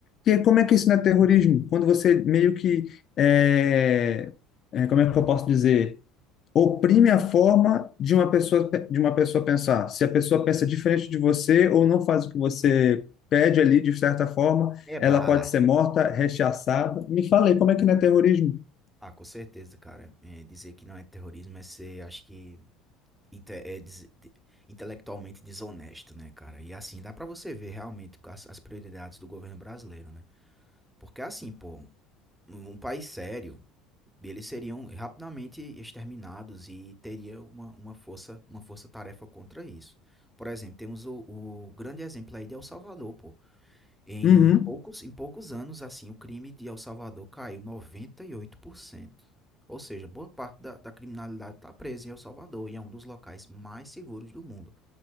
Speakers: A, on the left; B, in the centre.
A: E como é que isso não é terrorismo? Quando você meio que, é, é, como é que eu posso dizer? oprime a forma de uma pessoa de uma pessoa pensar. Se a pessoa pensa diferente de você ou não faz o que você pede ali de certa forma,
B: É bala.
A: ela pode ser morta, rechaçada. Me falei, como é que não é terrorismo?
B: Ah, com certeza, cara. É, dizer que não é terrorismo é ser, acho que, inte- é des- de- intelectualmente desonesto, né, cara? E assim, dá pra você ver realmente as, as prioridades do governo brasileiro, né? Porque assim, pô, um um país sério, E eles seriam rapidamente exterminados e teria uma, uma força, uma força-tarefa contra isso. Por exemplo, temos o, o grande exemplo aí de El Salvador, pô. Em
A: Uhum.
B: poucos, em poucos anos, assim, o crime de El Salvador caiu 98%. Ou seja, boa parte da, da criminalidade está presa em El Salvador e é um dos locais mais seguros do mundo.